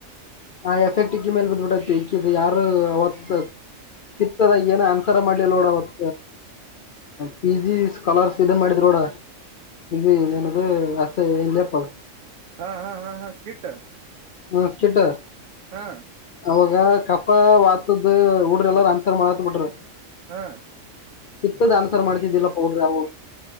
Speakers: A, on the left; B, on the right.
A: ಆ ಎಫೆಕ್ಟ್ ಇಕ್ಕಿ ಮೇಲೆ ಬತ್್ಬಿಟ್ಟೈತಿ ಇಕ್ಕಿದ ಯಾರು ಅವತ್ ಕಿತ್ತದಾಗ ಏನ ಆನ್ಸರ್ ಮಾಡ್ಲಿಲ್ಲ ನೋಡ ಅವತ್ ಪಿ ಜಿ ಕಲರ್ಸ್ ಇದನ್ ಮಾಡಿದ್ರೋಡ ಇಿ ಏನದು ಆಸೆ ನ್ೇಪ ಅದು
B: ಹಾ ಹಾ ಹಾ ಹಾ ಸ್ಕಿಟ್
A: ಮಸ್ಕಟ
B: ಹಾ
A: ಅವಾಗ ಕಫ ವಾತದ ಹಊಡ್ರ ಎಲ್ಲಾರ ಅನ್ಸರ್ ಮಾಡಾತ್ ಬಿಟ್ರಿ
B: ಹಾ
A: ಕಿತ್ತದ ಆನ್ಸರ್ ಮಾಡ್ತಿದ್ದಿಲ್ಲ ಪೌಡ್ರ ಯವು